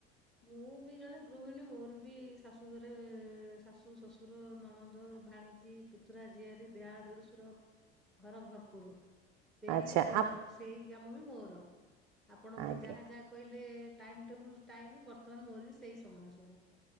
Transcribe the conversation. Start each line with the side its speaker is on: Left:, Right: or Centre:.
Centre: ମୁଁ ବି ଜଣେ ଗୃହିଣୀ ମୋର ବି ବି ଶାଶୁଘରେ ଶାଶୁ ଶ୍ୱଶୁର ନଣଦ ଭାଣିଜୀ ପୁତୁରା ଆଜି ଆଜି ଯା ଦେଢ଼ସୁର ଘର ଭରପୁର ସେଇ
Right: ଆଚ୍ଛା
Centre: କି
Right: ଆପ୍
Centre: ରୁ ସେଇ କାମ ବି ମୋର। ଆପଣଙ୍କର
Right: ଆଜ୍ଞା
Centre: ଯାହା ଯାହା କହିଲେ ଟାଇମ ଟେବୁଲ ଟାଇମ ବର୍ତମାନ ମୋର ବି ସେଇ ସମୟ ସବୁ।